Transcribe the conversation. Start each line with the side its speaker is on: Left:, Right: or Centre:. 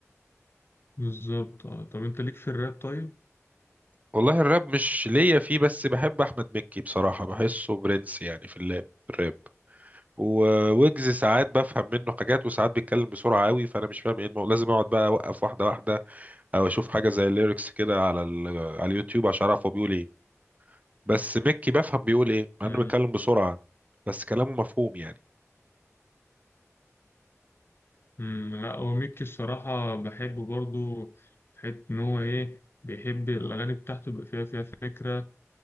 Left: بالظبط اه طب أنت ليك في الراب طيب؟
Right: والله الراب مش ليا فيه بس بحب أحمد مكي بصراحة بحسه برنس يعني في اللاب في الراب وويجز ساعات بفهم منه حاجات وساعات بيتكلم بسرعة قوي فأنا مش فاهم ايه المو... لازم أقعد بقى أوقف واحدة واحدة أو أشوف حاجة زي الليركس كده على ال... على اليوتيوب عشان أعرف هو بيقول ايه بس مكي بفهم بيقول ايه
Left: مم.
Right: مع إنه بيتكلم بسرعة بس كلامه مفهوم يعني
Left: مم. لا هو ميكي الصراحة بحبه برضو في حتة إن هو إيه بيحب الأغاني بتاعته يبقى فيها فيها فكرة